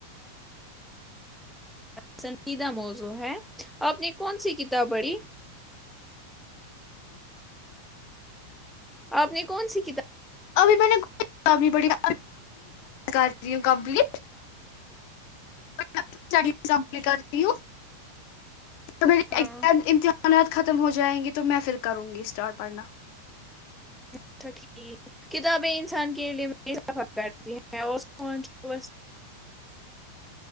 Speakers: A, in the centre; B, on the left (about 45°).
A: پسندیدہ موضو ہے آپ نے کون سی کتاب پڑھی آپ نے کون سی کتاب
B: ابھی میں نے <unintelligible> کر رہی ہوں کمپلیٹی کمپٹ کر رہی ہوں مگزام
A: ہاں
B: امتحانات خ ختم ہو جائیں گی تو میں پھر کروں گی اسٹار پڑھنا
A: اچھا ٹھیک کتابیں انسان کے لیےرتی ہیں اور کو